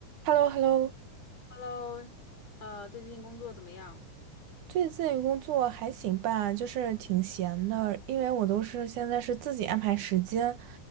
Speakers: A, on the right (about 70°); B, on the left (about 55°).
A: h e l l o h e l l o
B: Hello，呃，最近工作怎么样？
A: 最近工作还行吧，就是挺闲的，因为我都是现在是自己安排时间，